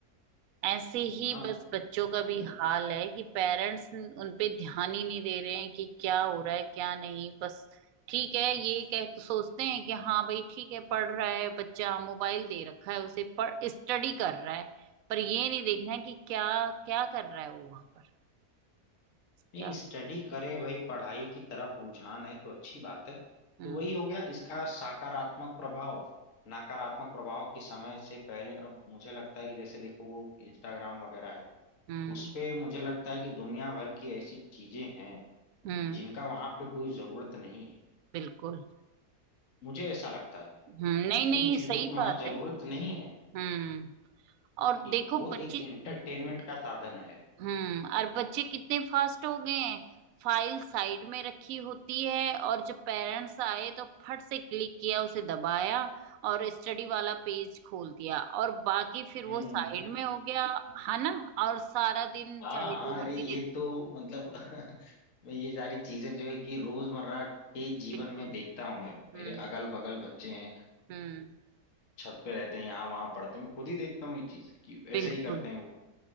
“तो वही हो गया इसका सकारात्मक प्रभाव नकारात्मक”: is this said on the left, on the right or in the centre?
Left